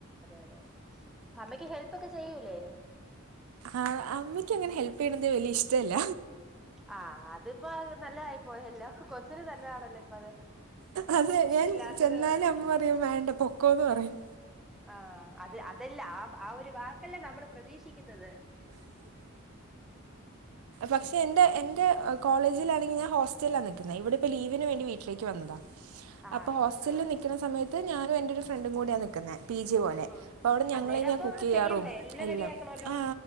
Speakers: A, in the centre; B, on the right.
A: അതെ അമ്മയ്ക്ക് ഹെൽപ് ഒക്കെ ചെയ്യൂലേ
B: ആ അമ്മക്ക് അങ്ങനെ ഹെല്പ് ചെയ്യണത് വലിയ ഇഷ്ടമല്ല
A: ആഅത്പ്പോക നല്ലതായി പോയല്ലോ കൊച്ചിനന് നല്ലതാണല്ലോ ഇപ്പൊ അത്
B: അതെ
A: ഇഷ്ട
B: ഞാൻ
A: ഇല്ലാത്തത്
B: ചെന്നാലും
A: കൊണ്ട്
B: അമ്മ പറയും വേണ്ട പൊക്കോ എന്ന് പറയും
A: ആ അത് അതെല്ല ആ ആ ഒരു വാക്കെല്ലാം നമ്മള് പ്രതീക്ഷിക്ക ുന്നത്
B: പക്ഷെ എന്റെ എന്റെ കോളേജിൽാണെങ്കിൽ ഞാൻ ഹോസ്റ്റലിലാ നിിക്കുന്ന ഇവിടെ ഇപ്പ ലീവിന് വേണ്ടി വീട്ടിലേക്ക് വന്നതാ അപ്പൊ
A: ആണോ
B: ഹോസ്റ്റലിൽ
A: ശരി
B: നിക്കുന്ന സമയത്ത് ഞാനും എന്റെ ഒരു ഫ്രണ്ടും കൂടിയാണ് നക്കുന്ന പീ ജെ പോലെ
A: ഉം
B: അപ്പോ അവിടെ ഞങ്ങള
A: അന്നേരം
B: ഞാൻ
A: അപ്പൊ
B: കുക്ക്
A: അവിടെ
B: ചെയ്യാറും
A: ചെയ്യണ്ടേ
B: എല്ലാം
A: റെഡി ആക്കണല്ലോ
B: ആ